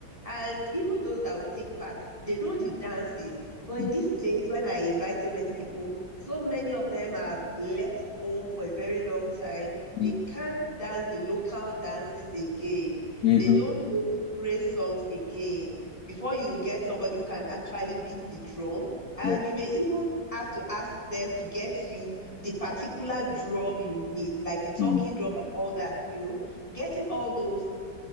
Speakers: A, on the left; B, on the left.
A: and even those that will take part they know the dances but
B: mhm,
A: in this place when i invite so many people so many of them have left home for a very long time
B: mm,
A: they can't dance the local dances again
B: mhm,
A: they don't know the praise songs again before you get somebody who can actually beat the drum and
B: yeah,
A: you may even have to ask them to get you the particular drum you need, like the talking
B: mm,
A: drum and all that, you know, getting all those